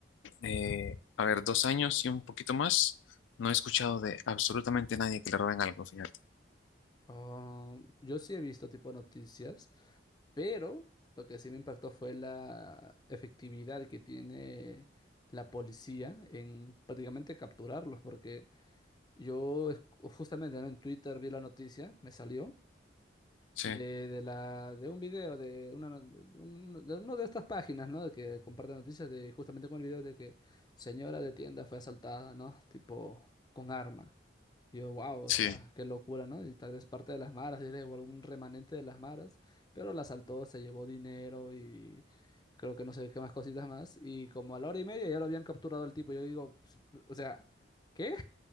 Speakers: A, on the left (about 85°); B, on the left (about 20°).
A: eh, a ver, dos años y un poquito más, no he escuchado de absolutamente nadie que le roben algo, fíjate.
B: Ah, yo sí he visto tipo noticias, pero lo que sí me impactó fue la efectividad que tiene la policía en prácticamente capturarlos, porque yo es- justamente, ¿no? en Twitter vi la noticia, me salió
A: Sí,
B: de, de la, de un video, de, una, no- de un- de uno de estas páginas, ¿no? De que comparten noticias de justamente con el video de que señora de tienda fue asaltada, ¿no? Tipo, con arma. Y yo, wow, o
A: sí,
B: sea, qué locura, ¿no? Y tal vez parte de las maras, diré, o algún remanente de las maras, pero la asaltó, se llevó dinero y creo que no sé qué más cositas más. Y como a la hora y media ya lo habían capturado al tipo. Yo digo, "Pues, o sea, ¿qué?